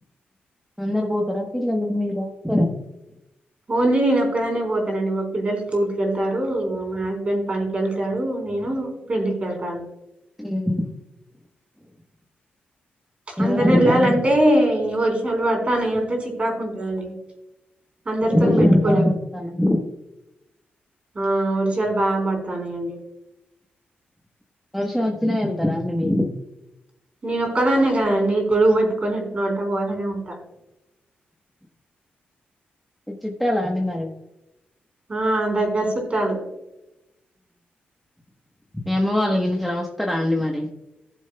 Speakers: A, in the centre; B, on the right.
A: అందరు పోతారా పిల్లలు మీరా ఒక్కరా
B: ఓన్లీ నేను ఒక్కదాన్నే పోతానండి మా పిల్లలు స్కూల్ కి వెళ్తారు. మా హస్బెండ్ పనికి వెళ్తాడు నేను పెళ్లికి కెల్తాను
A: హ్మ్
B: అందరు
A: ఎవరండి
B: వెళ్ళాలంటే
A: మరి మీ
B: వర్షాలు పడతాన్నాయి అంతా చికాకు ఉంటదండి. అందరితోని
A: వర్షాలు
B: పెట్టుకోలేం
A: బాగా వస్తానయి
B: ఆ వర్షాలు బాపడతానయండి
A: వర్షం వచ్చిన ఏళ్తారా అండి మీరు
B: నేనొక్క దాన్నే కదండి గొడుగు పెట్టుకొని ఏట్నో అట్ట పోతనే ఉంటా
A: ది చిట్టాలా అండి మరి
B: ఆ దగ్గరి సుట్టాలు
A: ఏమో వాళ్ళ కిందికెళ్లి వస్తారా అండి మరి